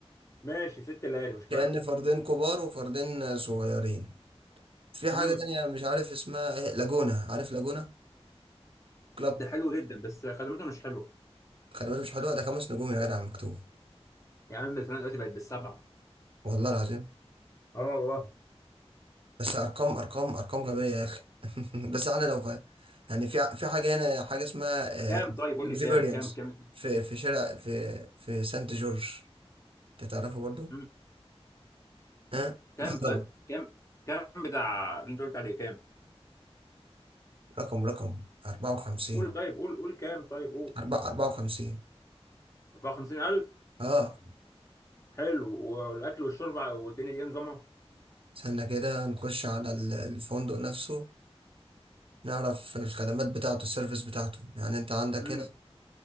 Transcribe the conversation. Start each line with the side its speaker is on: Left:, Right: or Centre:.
Left: ماشي ست ليالي مش فارقه
Right: كأن فردين كبار وفردين صغيرين في حاجة
Left: امم
Right: تانية مش عارف اسمها ايه لاجونا عارف لاجونا كلاب
Left: ده حلو جدا بس خدمته مش حلوه
Right: خلي بالك مش حلوة ده خمس نجوم يا جدع مكتوب
Left: يا عم الفلانه دلوقتي بقت بالسبعه
Right: والله العظيم
Left: اه والله
Right: بس ارقام ارقام ارقام غبيه يا اخي <laughs> بس احنا لو فاهم يعني في ع- في حاجه هنا حاجه اسمها
Left: كام طيب قول
Right: اكسبيرينس
Left: لي كام كام كام
Right: في في شارع في في سانت جورج انت تعرفه برضو
Left: امم
Right: ها
Left: كام
Right: لا
Left: طيب
Right: طبعا
Left: كام كام بتاع اللي انت قلت عليه كام
Right: رقم رقم 54
Left: قول طيب قول قول كام طيب قول
Right: 4 54
Left: 54000
Right: اه
Left: حلو والاكل والشرب والدنيا دي نظامها
Right: استنى كده نخش على ال- الفندق نفسه نعرف الخدمات بتاعته السيرفيس بتاعته يعني انت عندك
Left: امم
Right: هنا